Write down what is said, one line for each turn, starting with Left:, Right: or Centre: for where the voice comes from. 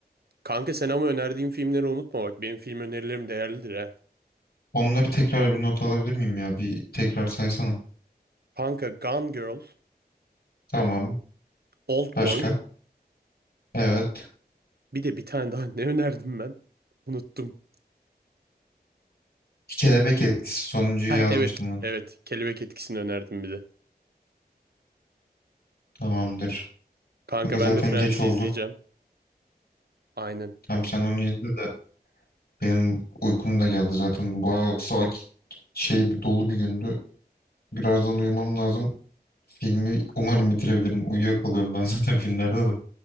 Right: Kanka sen ama önerdiğim filmleri unutma bak. Benim film önerilerim değerlidir ha.
Left: Onları tekrar bir not alabilir miyim ya? Bir tekrar saysana.
Right: Kanka Gone Girl,
Left: Tamam.
Right: Old
Left: Başka?
Right: Boy.
Left: Evet.
Right: Bir de bir tane daha <laughs> ne önerdim ben? Unuttum.
Left: Kelebek etkisi sonuncuyu
Right: Ha
Left: yazmıştım
Right: evet
Left: ben.
Right: evet. Kelebek etkisini önerdim bir de.
Left: Tamamdır.
Right: Kanka
Left: Kanka
Right: ben
Left: zaten
Right: de Friends'i
Left: geç oldu.
Right: izleyeceğim. Aynen.
Left: Tamam sen onu izle de benim uykum da geldi zaten. Bu saat şey bir dolu bir gündü. Birazdan uyumam lazım. Filmi umarım bitirebilirim. Uyuyakalıyorum ben <laughs> zaten filmlerde de.